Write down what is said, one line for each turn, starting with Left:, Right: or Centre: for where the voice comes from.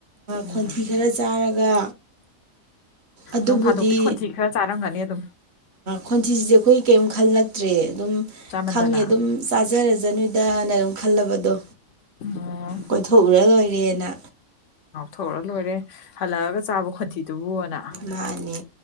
Left: ꯎꯝ
Right: ꯈꯣꯟꯊꯤ ꯈꯔ ꯆꯥꯔꯒ ꯑꯗꯨꯕꯨꯗꯤ
Left: ꯅꯣꯡ ꯐꯥꯗꯣꯛꯇꯤ ꯈꯣꯟꯊꯤ ꯈꯔ ꯆꯥꯔꯝꯒꯅꯤ ꯑꯗꯨꯝ
Right: ꯈꯣꯟꯊꯤꯗꯤꯦ ꯑꯩꯈꯣꯏ ꯀꯔꯤꯝ ꯈꯜꯂꯛꯇ꯭ꯔꯦ ꯑꯗꯨꯝ
Left: ꯆꯥꯃꯟꯗꯅ
Right: ꯈꯪꯉꯦ ꯑꯗꯨꯝ ꯆꯥꯖꯔꯖ ꯅꯣꯏꯗꯅ ꯑꯗꯨꯝ ꯈꯜꯂꯕꯗꯣ
Left: ꯑꯣ
Right: ꯀꯣꯏꯊꯣꯛꯎꯔ ꯂꯣꯏꯔꯦꯅ
Left: ꯊꯣꯛꯔ ꯂꯣꯏꯔꯦ ꯍꯜꯂꯛꯑꯒ ꯆꯥꯕ ꯈꯣꯟꯊꯤꯗꯨꯕꯨꯅ
Right: ꯃꯥꯅꯦ